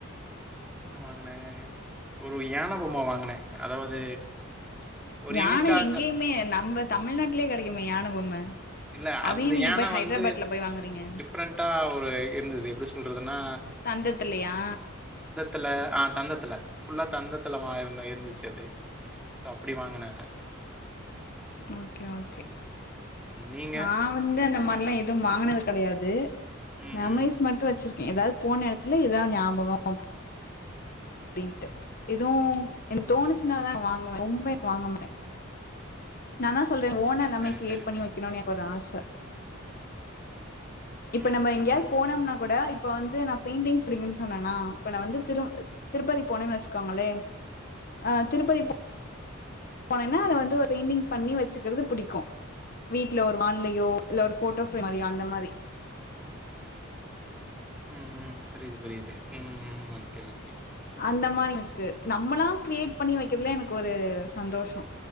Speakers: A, in the centre; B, on the left (about 45°).
A: என்ன வாங்குநாங்க ஒரு யான பொம்ம வாங்கினே அதாவது. ஒரு
B: யானை
A: யூனிக்கா இருந்துச்சு
B: எங்கேயுமே
A: அந்த-
B: நம்ம தமிழ்நாட்டுலயே கெடைக்குமே யான பொம்ம
A: இல்ல
B: அதையு
A: அந்த
B: நீங்க
A: யானை
B: போய் ஹைதராபாத்ல
A: வந்து
B: போய் வாங்குறீங்க
A: டிஃப்ரெண்டா ஒரு இருந்தது எப்படி சொல்றதுன்னா
B: தந்தத்துலையா.
A: த்துல ஆஹ் தந்தத்துல ஃபுல்லா தந்தத்துல வா இருந்துச்சு அது சோ அப்டி வாங்கின அத
B: ஓகே ஓகே.
A: நீங்க
B: நா வந்து அந்த மாரிலாம் எதுவும் வாங்கினது கிடையாது
A: ம்ஹ்ம்.
B: மெமரீஸ் மட்டு வச்சி ஏதாது போன இடத்துல இததான் ஞாபகம் அப்படின்ட்டு எதுவும் எனக்
A: ஓகே.
B: தோணுச்சுன்னா தா வாங் <unintelligible> ரொம்பேக் வாங்கமட்டோ. நாந்தா ஸ் சொல்றிங்களா ஓன நம்ம
A: சரி,
B: கிரியேட்
A: சரி,
B: பண்ணி
A: சரி.
B: வெக்கனு எனகு ஒரு ஆச ச இப்ப
A: ம்,
B: நம்ம எங்கயாவது
A: ம், ம்.
B: போனோம்னா கூட இப் இப்ப வந்து நா பெயிண்டிங்ஸ் புடிக்குன்னு சொன்னனா இப்ப நா வந்து திரு திருப்பதி போனன்னு வச்சுக்கோங்களே அஹ் திருப்பதி போ போனேன்னா அத வந்து ஒரு பெயிண்டிங் பண்ணி வச்சுக்கறது புடிக்கூ வீட்டுல ஒரு மா இல்லயோ இல்ல ஒரு போட்டோ <unintelligible> அந்த மாரி.
A: உம் உம் பரியுது புரியுது உம் உ ஓகே ஓகே
B: அந்த மாரி இருக்கு நம்மலா கிரியேட் பண்ணி வைக் <unintelligible> எனக்கு ஒரு சந்தோஷோ